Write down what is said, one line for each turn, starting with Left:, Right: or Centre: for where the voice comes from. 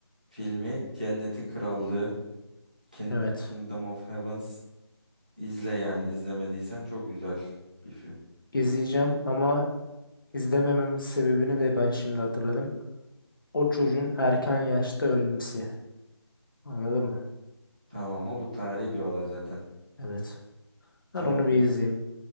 Right: Filmi Cennetin Krallığı King,
Left: Evet.
Right: Kingdom of Heavens izle yani izlemediysen çok güzel bir film.
Left: İzleyeceğim ama izlemememin sebebini de ben şimdi hatırladım. O çocuğun erken yaşta ölmesi. Anladın mı?
Right: Tamam ama bu tarihi bir olay zaten.
Left: Evet.
Right: Tamam
Left: Ben onu bir izleyeyim.